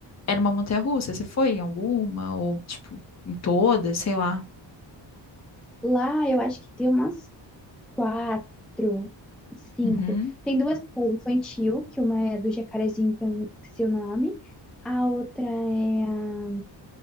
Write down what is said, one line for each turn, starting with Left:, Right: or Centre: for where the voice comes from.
Left: era uma montanha-russa. Você foi em alguma? Ou, tipo, em todas, sei lá.
Centre: Lá, eu acho que tem umas quatro, cinco.
Left: Uhum.
Centre: Tem duas que é infantil, que uma é do Jacarezinho, que eu não esqueci o nome. A outra é a